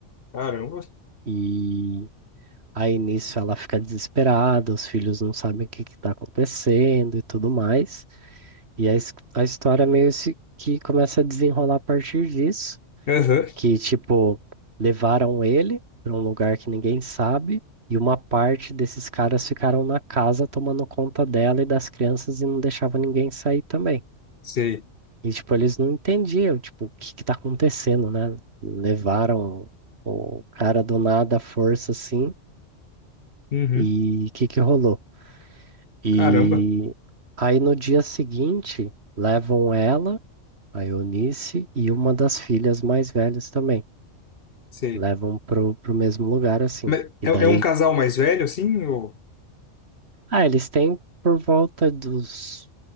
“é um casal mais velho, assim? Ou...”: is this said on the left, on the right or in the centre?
Left